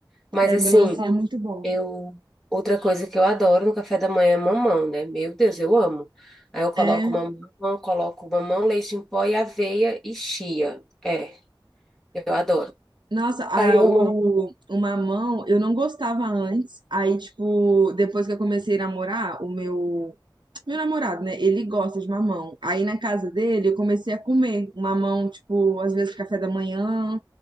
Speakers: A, in the centre; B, on the right.
A: Mas
B: É,
A: assim,
B: melancia é muito bom.
A: eu outra coisa que eu adoro no café da manhã é mamão, né? Meu Deus, eu amo. Aí eu coloco
B: É,
A: mamão, coloco mamão, leite em pó e aveia e chia. É, eu adoro.
B: Nossa, a,
A: Aí eu
B: o,
A: amo.
B: o mamão eu não gostava antes. Aí, tipo, depois que eu comecei a namorar, o meu, meu namorado, né? Ele gosta de mamão. Aí na casa dele eu comecei a comer mamão, tipo, às vezes café da manhã.